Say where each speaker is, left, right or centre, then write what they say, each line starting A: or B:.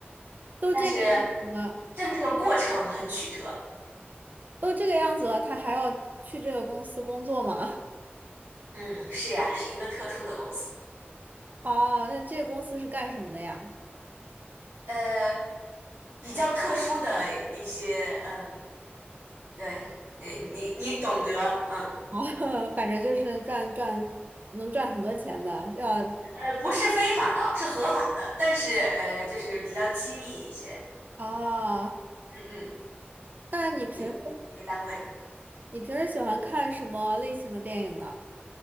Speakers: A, on the right; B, on the right.
A: 都这个样子了，
B: 但是，但这个过程很曲折。
A: 都这个样子了，他还要去这个公司工作吗？
B: 嗯，是呀，是一个特殊的公司，
A: 哦，那这个公司是干什么的呀？
B: 呃，比较特殊的一些，嗯，对，你你你懂得，嗯，
A: 哦，<laughs> 反正就是赚赚，能赚很多钱的。要
B: 呃，不是非法的，是合法的，但是呃，就是比较机密一些。
A: 哦，
B: 嗯嗯，
A: 那你平时
B: 一个一个单位。
A: 你平时喜欢看什么类型的电影呢？